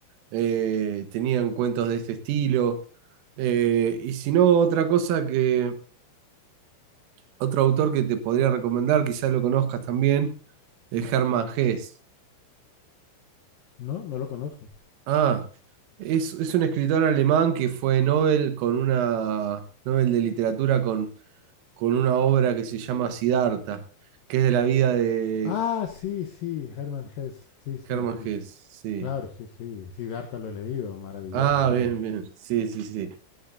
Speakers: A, on the right; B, on the left.
A: eh, tenían cuentos de este estilo. Eh, y si no, otra cosa que, otro autor que te podría recomendar, quizás lo conozcas también, es Hermann Hesse.
B: No, no lo conozco.
A: Ah, es, es un escritor alemán que fue Nobel con una Nobel de literatura con, con una obra que se llama Siddhartha, que es de la vida de
B: Ah, sí, sí, Hermann Hesse. Sí, sí,
A: Hermann
B: sí.
A: Hesse, sí.
B: Claro, sí, sí. Siddhartha lo he leído, maravilloso
A: Ah,
B: el libro.
A: bien, bien. Sí, sí, sí.